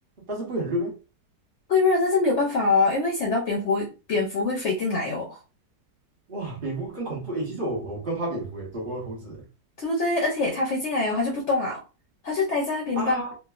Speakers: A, on the right (about 35°); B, on the left (about 65°).
A: 但是不会很热咩？
B: 会热，但是没有办法哦，因为想到蝙蝠，蝙蝠会飞进来哦。
A: 哇，蝙蝠更恐怖诶！其实我我更怕蝙蝠诶，躲过猴子诶
B: 对不对？而且它飞进来哦，它就不动啊，它就待在那边罢了。
A: 啊，